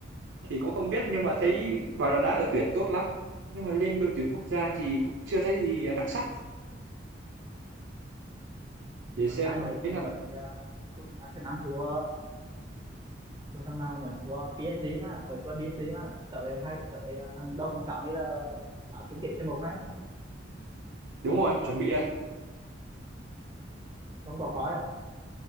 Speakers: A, on the right; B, on the right.
A: thì cũng không biết nhưng mà thấy bảo là đá ở tuyển tốt lắm nhưng mà lên đội tuyển quốc gia thì cũng chưa thấy gì đặc sắc để
B: mà
A: xem
B: cái mới
A: thế
B: mới
A: là
B: uh, tung Arsenal thua thua thằng nào nhỉ thua PSG mà mới thua PSG mà tới hay tới ờ, thằng đâu thằng sáu đấy là đã trúng kết c một đấy
A: đúng rồi chuẩn bị đây
B: không có coi không